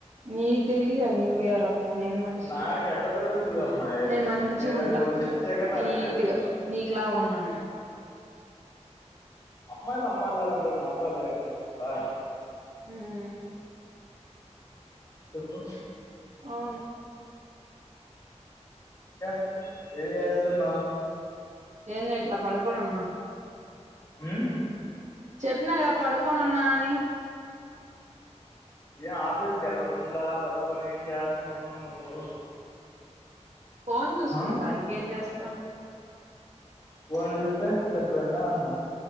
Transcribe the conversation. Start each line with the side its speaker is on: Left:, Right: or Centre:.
Right: నీక్ తెలియాలి నువ్వే రక్ నేను మనుషినే
Left: నాకు ఎట్ట తెలుస్తది అమ్మాయి
Right: నేను మంచిగుంట
Left: ఏదైనా నువ్వు చెప్తే గాని నాకు
Right: నీట్గా
Left: తెలియదు
Right: నీకులాగా ఉండన్నె
Left: అమ్మాయిలు అమ్మాయిలగా ఉంటరు గనీ అబ్బాయిలగా ఎక్కడైన ఉంటరా
Right: మ్
Left: చెప్పు
Right: అవును
Left: ఇంక ఏం చేస్తున్నవ్
Right: ఏం చేయట్లే పడుకోని ఉన్న
Left: మ్
Right: చెప్పినగా పడుకొని ఉన్నా అని
Left: ఏం ఆఫీస్కి ఎళ్ళకుండా పడుకొని ఏం చేస్తున్నావ్ నువ్వు
Right: ఫోన్ చూసుకుంటా
Left: ఆ
Right: ఇంకేం చేస్తా
Left: ఫోన్ చూస్తే సరిపోయిందా అన్న